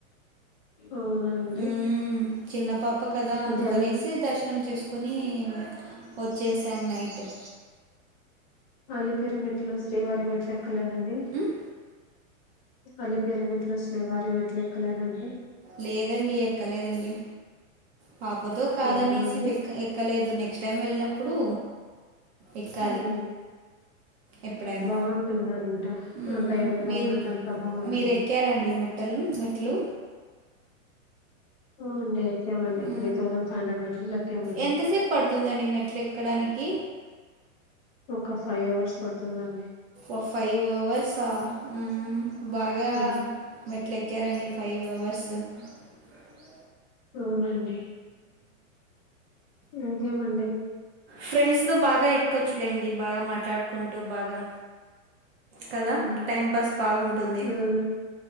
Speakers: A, on the left; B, on the right.
A: అవునండి
B: ఊ చిన్న పాప కదా అందుకనేసి
A: ఇది అలిపి
B: దర్శనం చేసుకుని వచ్చేసాం నైట్ ట
A: అలిపిరి మెట్లు శ్రీవారి మెట్లు ఎక్కలేదండి
B: మ్మ్?
A: అలిపిరిమెట్లు శ్రీవారి మెట్లు ఎక్కలేదండి
B: లేదండి ఎక్కలేదండి పాపతో కాదు
A: అవునండి
B: ఆనేసి ఎ ఎక్కలేదు నెక్ నెక్స్ట్ టై వెళ్ళిన ప్పుడు ఎక్కాలి
A: ఉమ్
B: ఎప్పుడైనా
A: బాగుంటుందంట
B: ఉ
A: అంత ఎన్విరాన్మెంట్
B: మీరు
A: అంతా బాగుంటుంది
B: మీరు ఎక్కారా అండి మేట్టలు మే ట్లు
A: ఓ అండి ఎక్కామండి
B: ఊ
A: త్రీ థౌజండ్ ఫైవ్ హండ్రెడ్ మెట్లు ఎక్కామండి
B: ఎంతసేపు పడుతుందండి మెట్లు ఎక్కడానికి
A: ఒక ఫైవ్ అవర్స్ పడుతుందండి
B: ఒ ఫైవ్ అవర్స్ఆ ఉ బాగా
A: ఉమ్
B: మెట్ల ఎక్కరండి ఫైవ్ అవర్స్ ర్స్
A: అవునండి డి ఇంకేమండి
B: ఫ్రెండ్స్ తో బాగా ఎక్క్కొచ్చు అట్లేండి బాగా మాట్లాడుకుంటూ బాగా కదా
A: ఉమ్
B: టైం పాస్ బాగుంటుంది
A: అవును